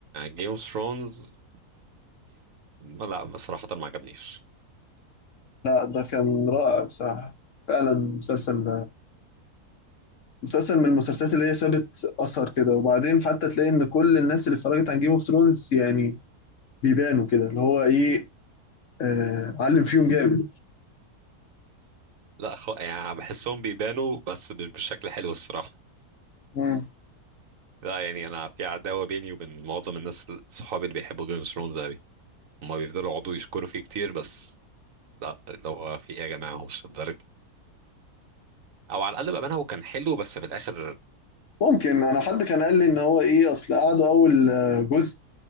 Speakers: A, on the right (about 60°); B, on the left (about 60°).
A: جيم اوف ثرونز لا بصراحه ما عجبنيش
B: لا ده كان رائع بصراحه فعلا مسلسل مسلسل من المسلسلات اللي هي سابت اثر كده وبعدين حتى تلاقي ان كل الناس اللي اتفرجت عن جيم اوف ثرونز يعني بيبانوا كده اللي هو ايه أه علم فيهم جامد
A: لا خ... يعني بحسهم بيبانوا بس مش بشكل حلو الصراحه
B: مم.
A: لا يعني انا في عداوه بيني وبين معظم الناس صحابي اللي بيحبوا جيم اوف ثرونز قوي هما بيفضلوا يقعدوا يشكروا فيه كتير بس لا اللي هو في ايه يا جماعه هو مش الدرجه او على الاقل بامانه هو كان حلو بس في الاخر
B: ممكن انا حد كان قال لي ان هو ايه اصل قعدوا اول آه، جزء